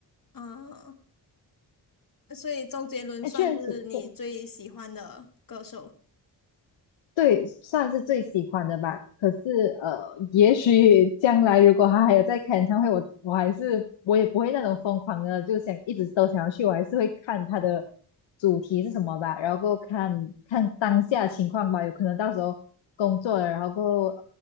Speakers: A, on the left; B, on the left.
A: 嗯，所以周杰伦算是你最喜欢的歌手。
B: 哎，确实，对，对，算是最喜欢的吧。可是，呃，也许 <laughs> 将来如果他还有在开演唱会，我我还是我也不会那种疯狂的，就想一直都想要去，我还是会看他的主题是什么吧，然后够看看当下情况吧。有可能到时候工作了，然后够呃